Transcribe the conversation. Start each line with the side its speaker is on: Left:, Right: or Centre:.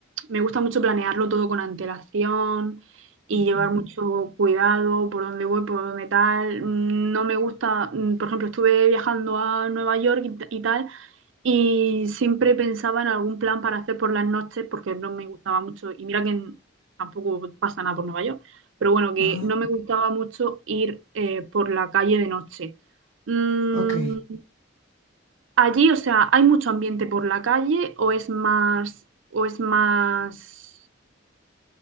Right: me gusta mucho planearlo todo con antelación y
Left: Ujú.
Right: llevar mucho cuidado por dónde voy, por dónde tal. Mm, No me gusta, mm, por ejemplo, estuve viajando a Nueva York y, t- y tal, y siempre pensaba en algún plan para hacer por las noches porque no me gustaba mucho. Y mira que en- tampoco pasa nada por Nueva York, pero bueno, que
Left: Ajá,
Right: no me gustaba mucho ir eh, por la calle de noche. Mm,
Left: ok.
Right: Allí, o sea, ¿hay mucho ambiente por la calle o es más, o es más